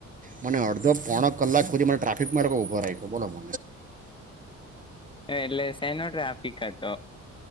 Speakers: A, on the right; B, on the left.
A: મને અડધો પોણ કલાક સુધી મને ટ્રાફિક ઉભો બોલો મ
B: એટલે સેનો ટ્રાફિક હતો